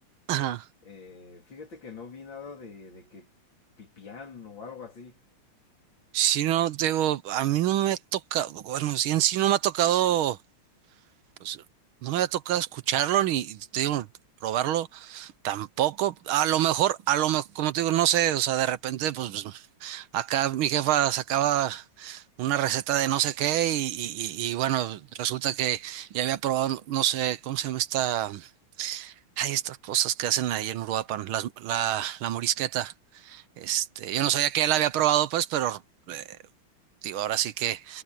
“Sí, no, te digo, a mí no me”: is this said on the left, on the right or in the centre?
Right